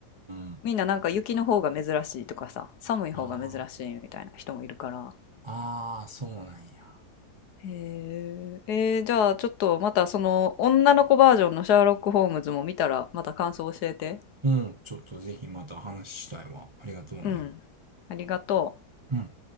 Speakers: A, on the right (about 50°); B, on the left (about 75°).
A: ん。
B: みんななんか雪の方が珍しいとかさ、寒い方が珍しいみたいな人もいるから、
A: ああ、ああ、そうなんや。
B: へえ、えーじゃあちょっとまたその女の子バージョンのシャーロック・ホームズも見たらまた感想教えて。
A: うん。ちょっとぜひまた話したいわ。ありがとうね。
B: うん。ありがとう。
A: うん。